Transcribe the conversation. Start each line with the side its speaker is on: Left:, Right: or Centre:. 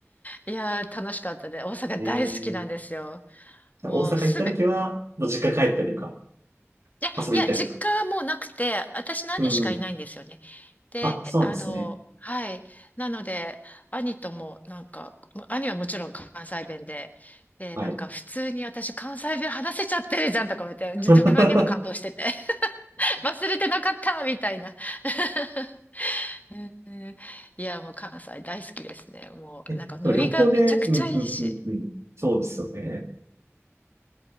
Left: いやー、楽しかったで、大阪大好きなんですよ。
Right: えー、じゃあ大阪行った時は、
Left: もうすべ、
Right: もう実家帰ったりとか、
Left: いや、
Right: 遊び行ったりとか。
Left: いや、実家はもうなくて、私の兄しかいないんですよね。
Right: うん。
Left: で、
Right: あ、そうなんですね。
Left: あの、はい。なので、兄とも、なんか、も兄はもちろん関西弁で、で、
Right: はい。
Left: なんか、普通に私、関西弁話せちゃってるじゃんとか思って、自分にも感動してて、
Right: <laughs>
Left: <laughs> 忘れてなかったみたいな。<laughs> うんうんいや、もう関西大好きですね。もう、
Right: え旅行で、
Left: なんか、ノリがめちゃくちゃいいし、
Right: うん、うん、うん、うん。そうですよね。